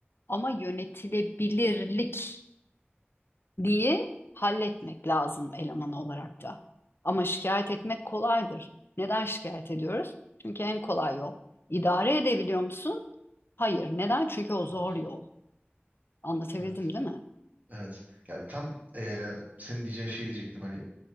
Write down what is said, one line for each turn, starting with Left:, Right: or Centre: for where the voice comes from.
Left: Ama yönetilebilirlik diye halletmek lazım eleman olarak da. Ama şikayet etmek kolaydır. Neden şikayet ediyoruz? Çünkü en kolay yol. İdare edebiliyor musun? Hayır. Neden? Çünkü o zor
Right: Evet.
Left: yol. Anlatabildim
Right: Evet.
Left: değil mi?
Right: Evet. Ya tam eee, senin diyeceğin şey diyecektim. Hani